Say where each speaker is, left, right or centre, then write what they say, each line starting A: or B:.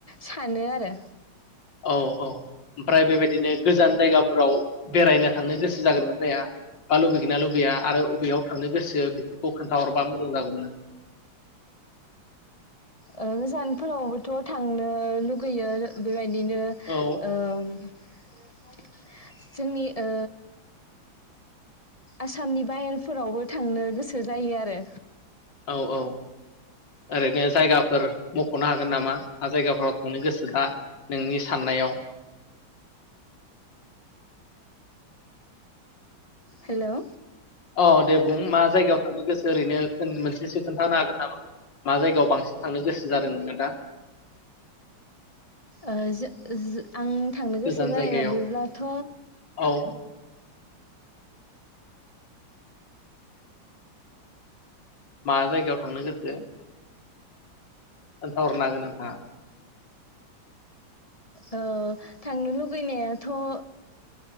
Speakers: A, on the left (about 20°); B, on the left (about 60°).
A: सानो आरो।
B: औ औ ओमफ्राय बेबायदिनो गोजान जायगाफोराव बेरायनो थांनो गोसो जागोन ना जाया बा लुबैगोन नना लुबैया? आरो बबेयाव थांनो गोसो बेफोरखौ खोन्थाहरबा मोजां जागौमोन।
A: ओ गोजानफोरावबोथ' थांनो लुगैयो बेबायदिनो। यो
B: औ
A: उम। <unintelligible> जोंनि ओ आसामनि बाहेरफोरावबो थांनो गोसो जायो आरो।
B: औ औ ओरैनो जायगाफोर मख'नो हागोन नामा मा जायगाफोराव थांनो गोसो दा नोंनि साननायाव?
A: हेलौ
B: अ दे बुं मा जायगायाव थांनो गोसो ओरैनो मोनसेसो खोन्थानो हागोन नामा मा जायगायाव बांसिन थांनो गोसो जादों नों दा?
A: ओ जो जो आं थांनो गोसो
B: गोजान
A: जानाय
B: जायगायाव
A: बादिब्लाथ'
B: औ मा जायगायाव थांनो गोसो खोनथाहरनो हागोन नोंथाङा?
A: ओ थांनो लुगैनायाथ' ओ